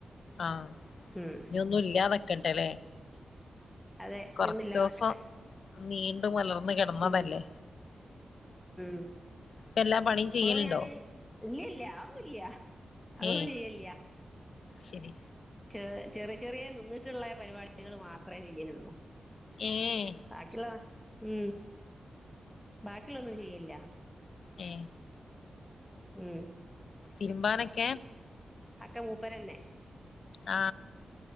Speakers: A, on the left (about 65°); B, in the centre.
A: ആഹ്
B: ഉം
A: ഇനി ഒന്നും ഇല്ലാതൊക്കണ്ടല്ലേ.
B: അതെ
A: കൊറച്ചവസം
B: ഇനി ഒന്നും ഇല്ലാതാക്കട്ടെ
A: നീണ്ട മലർന്ന കിടന്നതല്ലേ.
B: ഉം ഉം
A: ഇപ്പ എല്ലാ പണിയും
B: ഇപ്പോഴ
A: ചെയ്യലുണ്ടോ
B: ഞാന് ഇല്ല ഇല്ല അന്നോല്യയ അത
A: ഏഹ്
B: ചെയ്യല്ലയ
A: ശരി
B: ചെ ചെറിയ ചെറിയ നിന്നിട്ടുള്ള പരിപാടികൾ മാത്രമേ ചെയ്യലുള്ളൂ
A: ഏയ്
B: ബാക്കിയുള്ള ഉം ബാക്കിയുള്ളൊന്നും ചെയ്ല്ല
A: ഏ
B: ഉം
A: തിരുമ്പാനൊക്കെ
B: അക്ക മൂപ്പരെന്നെ
A: ആ